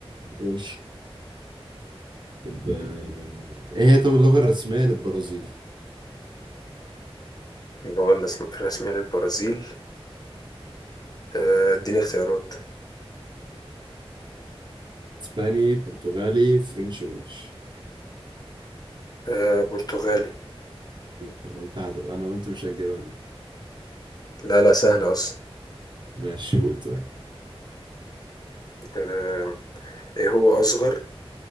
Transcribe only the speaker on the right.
إيه؟ طب آه، ايه هي طب اللغة الرسمية للبرازيل؟
اسباني، برتغالي، فرنش، وانجلش
انا قلت هت- انا قلت مش هتجيبها دي
ماشي قول طيب